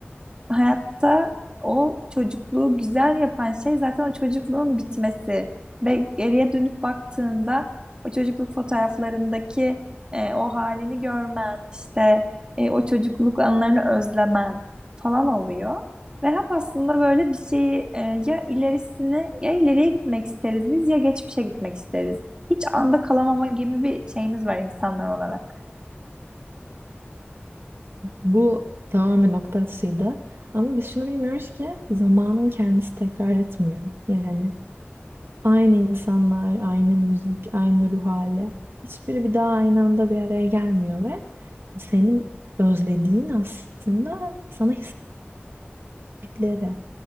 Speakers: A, on the right (about 25°); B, on the right (about 65°).
A: hayatta o çocukluğu güzel yapan şey zaten o çocukluğun bitmesi. Ve geriye dönüp baktığında o çocukluk fotoğraflarındaki e, o halini görmen, işte e, o çocukluk anılarını özlemen falan oluyor. Ve hep aslında böyle bir şeyi e, ya ilerisine ya ileriye gitmek isteriz biz ya geçmişe gitmek isteriz. Hiç anda kalamama gibi bir şeyimiz var insanlar olarak.
B: Bu tamamen nokta atışıydı. Ama biz şunu bilmiyoruz ki zamanın kendisi tekrar etmiyor. Yani Aynı insanlar, aynı müzik, aynı ruh hali. Hiçbiri bir daha aynı anda bir araya gelmiyor ve senin özlediğin aslında sana hissettikleri.